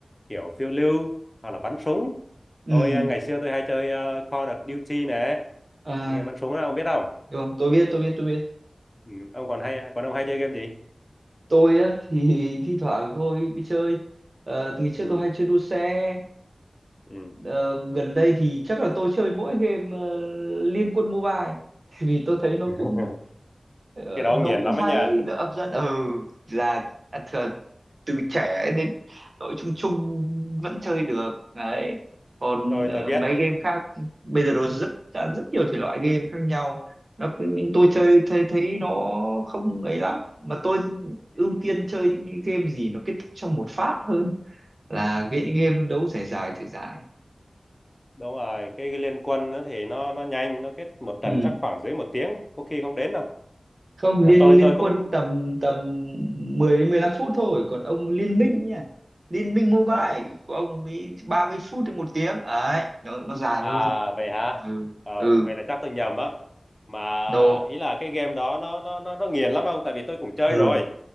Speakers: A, on the left (about 20°); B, on the right (about 55°).
A: kiểu phiêu lưu hoặc là bắn súng
B: ừ,
A: tôi ờ, ngày xưa tôi hay chơi ờ, Call of Duty này
B: à,
A: cái game bắn súng đó ông biết không
B: được không? Tôi biết, tôi biết, tôi biết.
A: ừ. ông còn hay còn ông hay chơi game gì
B: Tôi á thì <laughs> thi thoảng tôi đi chơi. Ờ, từ ngày trước
A: ừ.
B: tôi hay chơi đua xe.
A: Ừ.
B: Ờ, gần đây thì chắc là tôi chơi mỗi game ờ, Liên Quân Mobile, tại vì tôi thấy nó
A: <laughs>
B: cũng Ờ,
A: cái đó
B: nó
A: ông nghiền
B: cũng
A: lắm
B: hay
A: ấy nha
B: nó hấp dẫn ừ là à, thường từ trẻ đến đội chung chung vẫn chơi được đấy còn
A: tôi
B: ờ,
A: tôi biết
B: mấy game khác bây giờ nó rất rất nhiều thể loại game khác nhau nó cứ- nhưng tôi
A: ừ.
B: chơi thấy thấy nó không ấy lắm mà tôi
A: Ừ.
B: ưu tiên chơi những cái game gì nó kết thúc trong một phát hơn là cái
A: Ừ.
B: những game đấu dài dài dài dài
A: đúng rồi cái liên quân nó thì nó nó nhanh nó kết một trận
B: ừ.
A: chắc khoảng dưới một tiếng có khi không đến đâu
B: không
A: mà
B: liên
A: tôi
B: liên
A: tôi cũng
B: quân tầm tầm 10 đến 15 phút thôi còn ông liên minh
A: ừ.
B: nha liên minh mobile
A: Ừ.
B: của ông mới 30 phút đến một tiếng ấy nó, nó dài
A: à
B: hơn
A: vậy hả
B: ừ
A: ờ,
B: ừ
A: vậy là chắc tôi nhầm á mà
B: độ
A: ý là cái game đó nó nó nó nó nghiền lắm không tại vì tôi cũng chơi
B: ừ
A: rồi